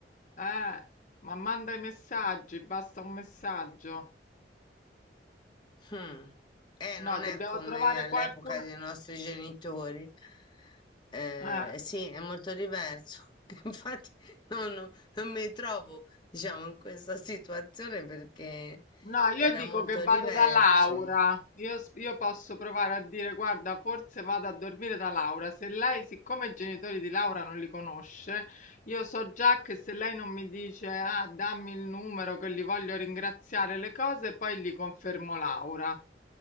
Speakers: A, on the left; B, on the left.
A: Eh, ma manda i messaggi, basta un messaggio.
B: Hmm. Eh,
A: No,
B: non
A: dobbiamo
B: è come
A: trovare
B: all'epoca
A: qualcuno.
B: dei nostri genitori. Eh,
A: eh,
B: sì, è molto diverso. <laughs> Infatti, no, no, non mi trovo, diciamo, in questa situazione perché
A: no, io
B: era
A: dico
B: molto
A: che vado
B: diverso.
A: da Laura. Io, s- io posso provare a dire, guarda, forse vado a dormire da Laura. Se lei, siccome i genitori di Laura non li conosce, io so già che se lei non mi dice, ah, dammi il numero che li voglio ringraziare le cose, poi gli confermo Laura.